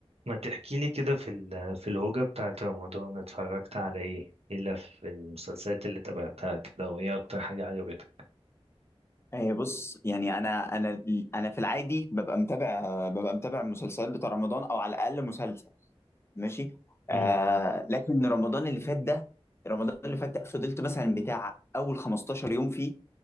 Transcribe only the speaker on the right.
ما تحكي لي كده في ال- في الهوجة بتاعت رمضان اتفرجت على ايه الا في المسلسلات اللي تابعتها كده وايه اكتر حاجة عجبتك
امم